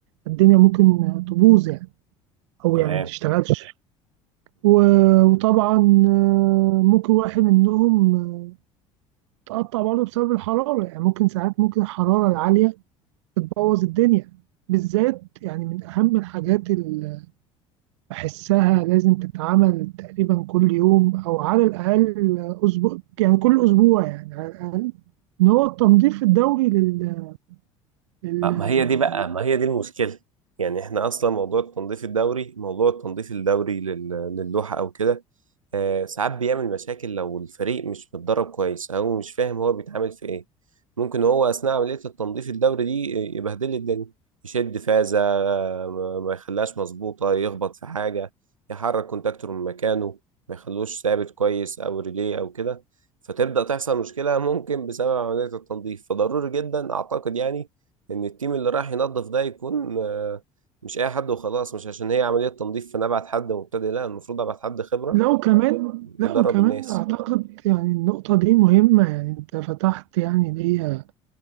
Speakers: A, on the right (about 60°); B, on the right (about 80°).
A: الدنيا ممكن تبوظ يعني او
B: تمام
A: يعني ما تشتغلش و- وطبعا آه، ممكن واحد منهم آه، تقطع برضه بسبب الحرارة يعني ممكن ساعات ممكن الحرارة العالية بتبوظ الدنيا بالذات يعني من أهم الحاجات اللي بحسها لازم تتعمل تقريبا كل يوم أو على الأقل أسبوع يعني كل أسبوع يعني على الأقل إن هو التنظيف الدوري لل لل-
B: آه، ما هي دي بقى ما هي دي المشكلة يعني احنا اصلا موضوع التنظيف الدوري موضوع التنظيف الدوري لل- للوحة او كده آه، ساعات بيعمل مشاكل لو الفريق مش متدرب كويس او مش فاهم هو بيتعامل في ايه ممكن هو اثناء عملية التنظيف الدوري دي يبهدل لي الدنيا يشد فازة ما ما يخليهاش مظبوطة يخبط في حاجة يحرك كونتاكتور من مكانه ما يخلوش ثابت كويس او ريليه او كده فتبدأ تحصل مشكلة ممكن بسبب عملية التنظيف فضروري جدا اعتقد يعني ان التيم اللي رايح ينظف ده يكون آه، مش اي حد وخلاص مش عشان هي عملية تنظيف فانا ابعت حد مبتدئ لا المفروض ابعت حد خبرة
A: لو كمان لا
B: يدرب
A: وكمان
B: الناس
A: أعتقد يعني النقطة دي مهمة يعني أنت فتحت يعني ليا